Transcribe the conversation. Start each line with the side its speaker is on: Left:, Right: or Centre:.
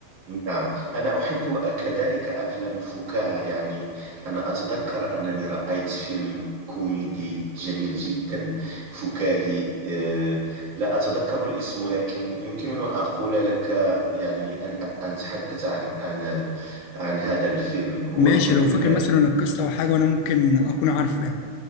Right: نعم أنا أحب كذلك أفلام الفكاهة يعني أنا أتذكر أنني رأيت فيلم كوميدي جميل جدا فكاهي آه، لا أتذكر الاسم ولكن يمكنني أن أقول لك يعني أن أن أتحدث عن عن عن هذا الفيلم هو
Left: ماشي
Right: فيلم
Left: لو فاكر مثلا القصه او حاجه وانا ممكن اكون عارفه يعني